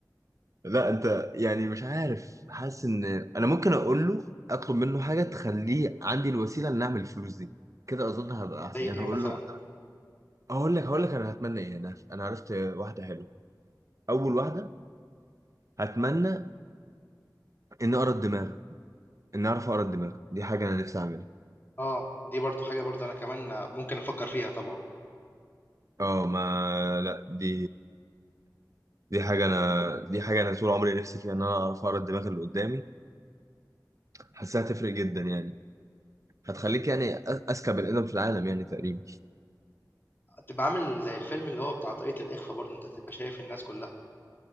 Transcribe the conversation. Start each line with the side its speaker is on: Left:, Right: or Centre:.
Right: لا انت يعني مش عارف حاسس ان انا ممكن اقول له اطلب منه حاجة تخليه عندي الوسيلة ان اعمل الفلوس دي كده اظن هبقى احسن
Left: زي
Right: يعني
Left: ايه
Right: هقول
Left: مثلا
Right: له هقول لك هقول لك انا هتمنى ايه انا انا عرفت واحدة حلوة اول واحدة اتمنى ان اقرا الدماغ ان اعرف اقرا الدماغ دي حاجه انا نفسي اعملها
Left: اه دي برضو حاجة برضو انا كمان ممكن افكر فيها طبعا
Right: اه ما لا دي دي حاجه انا دي حاجه انا طول عمري نفسي فيها ان انا اعرف اقرا الدماغ اللي قدامي حاسها هتفرق جدا يعني هتخليك يعني أ- اذكى بني ادم في العالم يعني تقريبا
Left: تبقى عامل زي الفيلم اللي هو بتاع طاقية الإخفاء برضو انت تبقى شايف الناس كلها